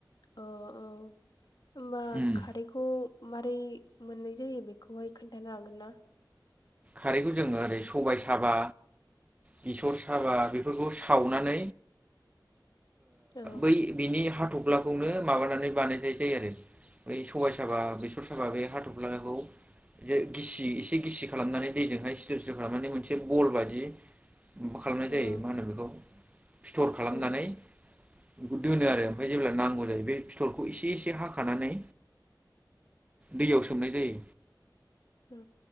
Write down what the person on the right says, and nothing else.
उम
खारैखौ जोङो ओरै सबाय साबा बेसर साबा बेफोरखौ सावनानै
बै बिनि हाथ'फ्लाखौनो माबानानै बानायनाय जायो आरो बै सबाय साबा बेसर साबा बे हाथ'फ्लाखौ ज गिसि एसे गिसि खालामनानै दैजोंहाय सिथोव सिथ' खालामनानै मोनसे बल बायदि मा खालामनाय जायो
मा होनो बेखौ सिथर खालामनानै
बेखौ दोनो आरो ओमफ्राय जेब्ला नांगौ जायो बे फिथलखौ एसे एसे हाखानानै दैयाव सोमनाय जायो